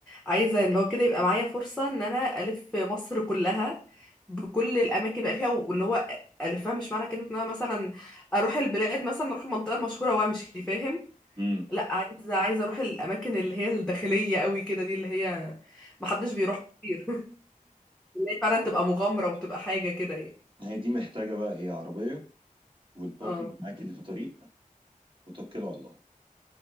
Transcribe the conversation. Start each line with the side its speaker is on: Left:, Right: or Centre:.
Centre: عايزه ان هو كده يبقى معايا فرصه ان انا الف مصر كلها بكل الاماكن اللي بقى فيها واللي هو الفها مش معنى كلمه ان انا مثلا اروح البلاد مثلا اروح المنطقه المشهوره وامشي فاهم
Right: امم
Centre: لا عايزه عايزه اروح الاماكن اللي هي الداخليه قوي كده دي اللي هي محدش بيروح كتير <laughs> اللي هي فعلا تبقى مغامره وتبقى حاجه كده يعني
Right: هي دي محتاجه بقى ايه عربيه والبارتنر
Centre: اه
Right: معاكي اللي في الطريق وتوكلوا على الله